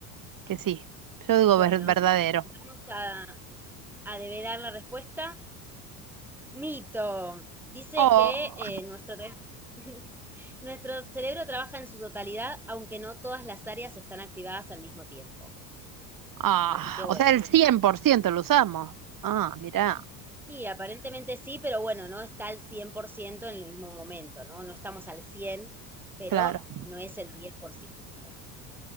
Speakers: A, on the right; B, in the centre.
A: que sí. Yo digo
B: Bueno,
A: ver- verdadero.
B: vamos a, a develar la respuesta. Mito. Dice
A: Oh,
B: que eh, nuestro, tra- <laughs> nuestro cerebro trabaja en su totalidad, aunque no todas las áreas están activadas al mismo tiempo.
A: ah,
B: Así que bueno.
A: o sea, el 100% lo usamos. Ah, mirá,
B: Y aparentemente sí, pero bueno, no está al 100% en el mismo momento, ¿no? No estamos al 100, pero
A: claro.
B: no es el diez por ciento.